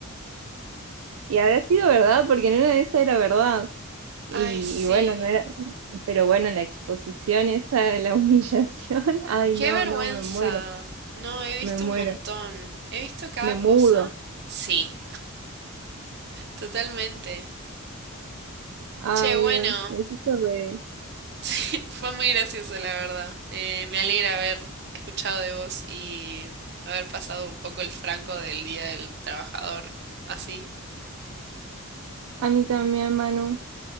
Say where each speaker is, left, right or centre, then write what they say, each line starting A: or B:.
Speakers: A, on the right; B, on the right.
A: y habrá sido verdad, porque en una de esas era verdad. Y,
B: Ay, sí.
A: y bueno, no era, pero bueno, la exposición esa de la humillación, <laughs> ay,
B: Qué
A: no,
B: vergüenza.
A: no, me muero,
B: No, he visto
A: me muero,
B: un montón. He visto cada
A: me mudo.
B: cosa. Sí. Totalmente.
A: Ay,
B: Che, bueno,
A: Dios, me hiciste reír.
B: <laughs> sí, fue muy gracioso, la verdad. Eh, me alegra haber escuchado de vos y haber pasado un poco el franco del Día del Trabajador. Así.
A: A mí también, Manu.